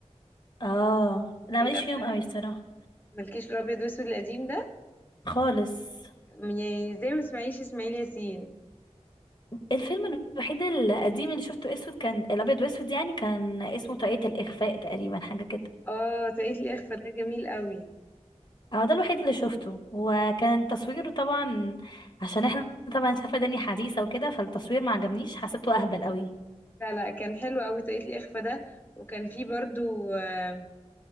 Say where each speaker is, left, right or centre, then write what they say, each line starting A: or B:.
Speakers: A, on the left (about 40°); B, on the left (about 15°).
A: اه لا
B: الافلام
A: ماليش فيهم قوي الصراحه
B: مالكيش في الابيض واسود القديم ده
A: خالص
B: يعني زي ما تسمعيش اسماعيل ياسين
A: الفيلم الوحيد القديم اللي شفته اسود كان الابيض واسود يعني كان اسمه طاقية الاخفاء تقريبا حاجه كده
B: اه تقيت الاخفاء ده جميل قوي
A: هو ده الوحيد اللي شفته وكان تصويره طبعا عشان احنا طبعا شايفه دنيا حديثه وكده فالتصوير ما عجبنيش حسيته اهبل قوي
B: لا لا كان حلو قوي طريقة الإخفاء ده وكان فيه برضو آه،